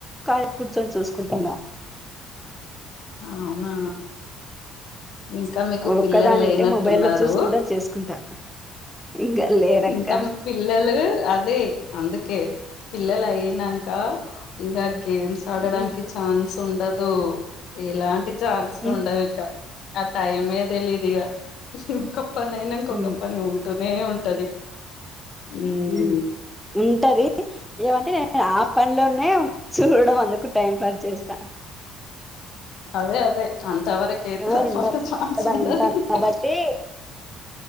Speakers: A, in the centre; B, on the left.
A: ఖాళీగ్ కూర్చొని చూసుకుంటండా
B: అవునా ఇంకా మీకు
A: ఒక్కదానింటే
B: పిల్లల్లేనట్టున్నారూ
A: మొబైల్ లో చూసుకుంటా చేసుకుంటా ఇంకా లేరక్క
B: ఇంకా మీకు పిల్లలు అవే అందుకే పిల్లలయినంకా ఇంకా గేమ్స్ ఆడడానికి
A: ఉమ్,
B: ఛాన్స్ ఉండదూ ఎలాంటి ఛాన్సులు
A: ఉమ్,
B: ఉండవిక ఆ టైమ్ ఏ తెలీదిగ ఒక పని అయినంక
A: ఉమ్,
B: ఒక పని ఉంటూనే ఉంటది ఉమ్
A: ఉ ఉంటది ఏమంటే నేను ఆ పనిలోనే చూడడం అన్ దుకు టైం పాస్ చేస్త
B: అదే అదె అంతవరకే
A: ఎవరు
B: తర్వాత
A: ఉండరు
B: ఛాన్స్
A: ఒక్కదాని
B: ఉండదింకా
A: ఉంటాను కాబట్టి